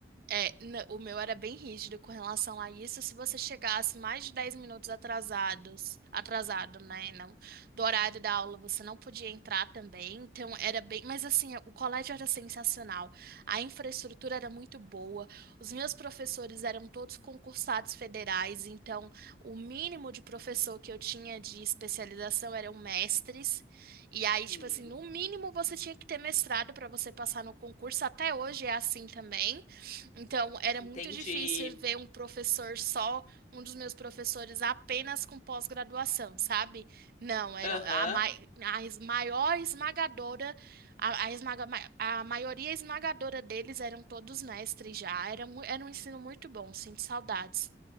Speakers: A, on the right; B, on the left.
A: É, n- o meu era bem rígido com relação a isso. Se você chegasse mais de 10 minutos atrasados, atrasado, né, não, do horário da aula, você não podia entrar também. Então era bem, mas assim, o colégio era sensacional. A infraestrutura era muito boa. Os meus professores eram todos concursados federais, então o mínimo de professor que eu tinha de especialização eram mestres. E aí,
B: Hum,
A: tipo assim, no mínimo você tinha que ter mestrado para você passar no concurso. Até hoje é assim também. Então, era
B: entendi.
A: muito difícil ver um professor só, um dos meus professores apenas com pós-graduação, sabe? Não, era
B: Aham.
A: a, mai- a es- maior esmagadora, a, a, esmaga- ma- a maioria esmagadora deles eram todos mestres já. Era, mu- era um ensino muito bom, sinto saudades.